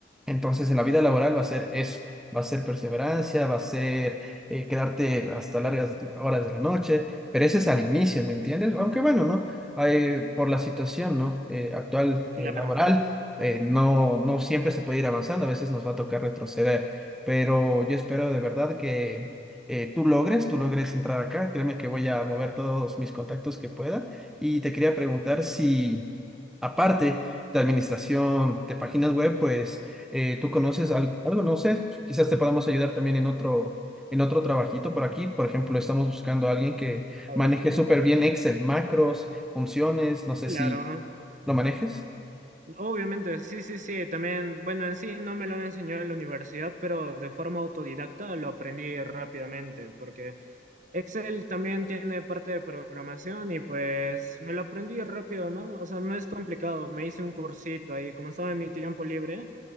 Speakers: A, in the centre; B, on the right (about 40°).
A: Entonces, en la vida laboral va a ser eso, va a ser perseverancia, va a ser eh, quedarte hasta largas horas de la noche, pero ese es al inicio, ¿me entiendes? Aunque bueno, ¿no? Hay, por la situación, ¿no? eh, actual
B: claro.
A: eh, laboral, eh, no, no siempre se puede ir avanzando, a veces nos va a tocar retroceder, pero yo espero de verdad que... eh, tú logres, tú logres entrar acá, créeme que voy a mover todos mis contactos que pueda y te quería preguntar si, Aparte de administración de páginas web, pues eh, tú conoces al- algo, no sé, quizás te podamos ayudar también en otro, en otro trabajito por aquí. Por ejemplo, estamos buscando a alguien que
B: A
A: maneje
B: ver,
A: súper bien Excel, macros, funciones, no sé
B: claro.
A: si lo manejes.
B: Obviamente, sí, sí, sí. También, bueno, en sí no me lo enseñó en la universidad, pero de forma autodidacta lo aprendí rápidamente, porque Excel también tiene parte de programación y pues me lo aprendí rápido, ¿no? O sea, no es complicado. Me hice un cursito ahí, como estaba en mi tiempo libre,